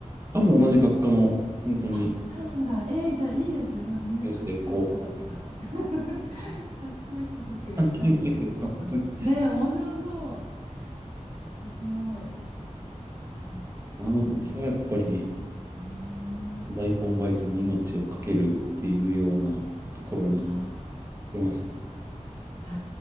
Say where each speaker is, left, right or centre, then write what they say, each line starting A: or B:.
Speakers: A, on the right (about 20°); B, on the right (about 75°).
A: あ、もう同じ学科の、本当に、
B: あ、そうなんだ。えー、じゃあいいですね。なんかみんな賢い人たちが
A: 先生後輩と
B: <laughs>
A: か、
B: 賢い人たちがいかに。
A: 関係ないです、本当に。
B: うんねえ、面白そう。すごい。そっか。
A: あの時はやっぱり、
B: そんなこと。うーん。
A: 大根バイトに命をかけるっていうようなところに
B: は
A: 出ました。
B: へ